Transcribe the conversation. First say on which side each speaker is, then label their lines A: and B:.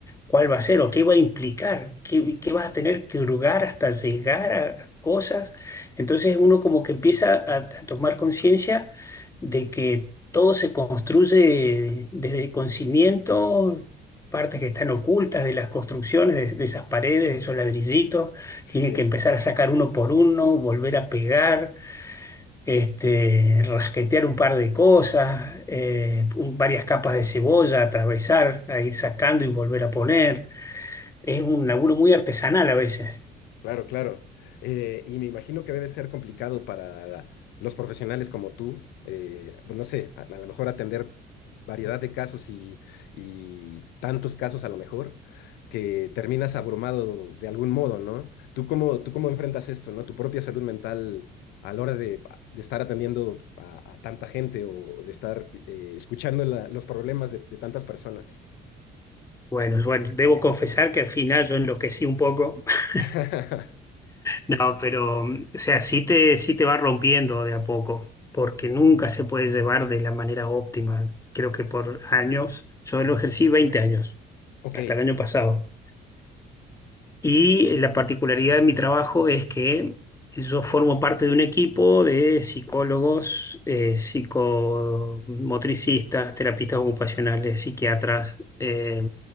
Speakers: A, on the left; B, on the left.
A: cuál va a ser o qué va a implicar, qué, qué vas a tener que hurgar hasta llegar a cosas. Entonces uno como que empieza a, a tomar conciencia de que todo se construye desde con cimientos, partes que están ocultas de las construcciones, de de esas paredes, de esos ladrillitos.
B: Sí,
A: Tiene
B: sí.
A: que empezar a sacar uno por uno, volver a pegar este, rasquetear un par de cosas, eh, un- varias capas de cebolla, atravesar, a ir sacando y volver a poner. Es un laburo muy artesanal a veces.
B: Claro, claro. Eh, y me imagino que debe ser complicado para los profesionales como tú, eh, pues no sé, a, a lo mejor atender variedad de casos y, y tantos casos a lo mejor, que terminas abrumado de algún modo, ¿no? ¿Tú cómo, tú cómo enfrentas esto, ¿no? Tu propia salud mental a la hora de, de estar atendiendo a, a tanta gente o, o de estar eh, escuchando la- los problemas de, de tantas personas.
A: Bueno, bueno, debo confesar que al final yo enloquecí un poco. <laughs>
B: <laughs>
A: No, pero, mm, o sea, sí te, sí te va rompiendo de a poco, porque nunca se puede llevar de la manera óptima. Creo que por años, yo lo ejercí 20 años,
B: Ok,
A: hasta el año pasado. Y la particularidad de mi trabajo es que yo formo parte de un equipo de psicólogos, eh, psicomotricistas, terapistas ocupacionales, psiquiatras, eh,